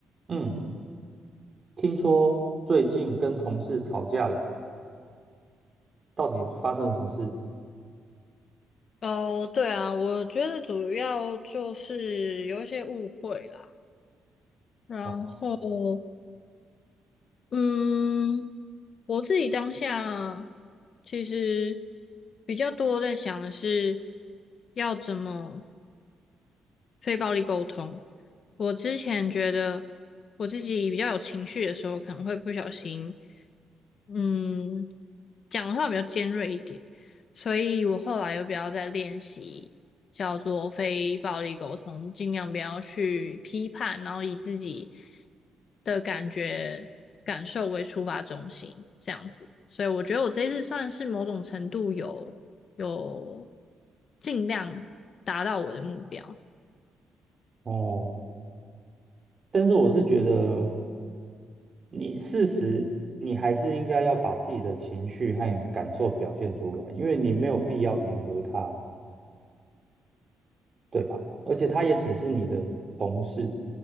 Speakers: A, on the right (about 35°); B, on the left (about 55°).
A: 嗯，听说最近跟同事吵架了，到底发生了什么事？
B: 哦，对啊，我觉得主要就是有一些误会啦，然后，
A: 哦，
B: 嗯，我自己当下其实比较多在想的是要怎么。非暴力沟通。我之前觉得我自己比较有情绪的时候，可能会不小心，嗯，讲的话比较尖锐一点，所以我后来又比较在练习叫做非暴力沟通，尽量不要去批判，然后以自己的感觉感受为出发中心，这样子。所以我觉得我这一次算是某种程度有有尽量达到我的目标。
A: 哦但是我是觉得你事实，你还是应该要把自己的情绪和感受表现出来，因为你没有必要迎合他，对吧？而且他也只是你的同事，